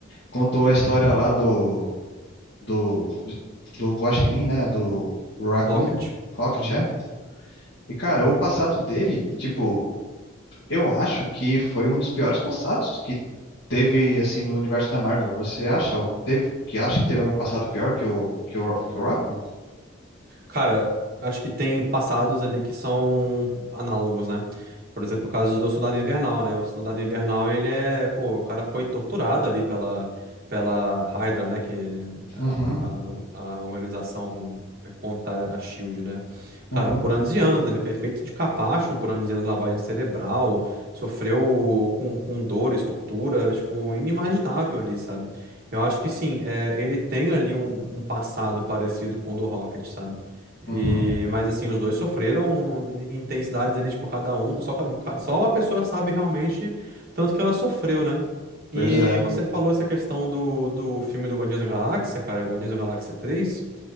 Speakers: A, on the left (about 65°); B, on the right (about 45°).
A: Contou a história lá do, do, do Guaxinim, né? Do Raccoon
B: Rocket.
A: Rocket,
B: Uhum.
A: é. E, cara, o passado dele, tipo, eu acho que foi um dos piores passados que teve, assim, no universo da Marvel. Você acha? Ou Teve, que acha que teve algum passado pior que o, que o, que o Raccoon?
B: Cara, acho que tem passados ali que são análogos, né? Por exemplo, o caso do Soldado Invernal, né? O Soldado Invernal, ele é, pô, o cara foi torturado ali pela, pela Hydra, né? Que é
A: Uhum,
B: a, a, a organização com- é contrária à Shield, né? Cara,
A: uhum,
B: por anos e anos, né? Ele foi feito de capacho por anos e anos, lavagem cerebral, sofreu com, com dores, tortura, tipo, inimaginável ali, sabe? Eu acho que sim, é, ele tem ali um, um passado parecido com o do Rocket, sabe? E,
A: uhum.
B: mas assim, os dois sofreram intensidades ali, tipo, cada um, só, cada, ca- só a pessoa sabe realmente tanto que ela sofreu, né?
A: Pois
B: E
A: é.
B: você falou essa questão do, do filme do Guardiões da Galáxia, cara, Guardiões da Galáxia três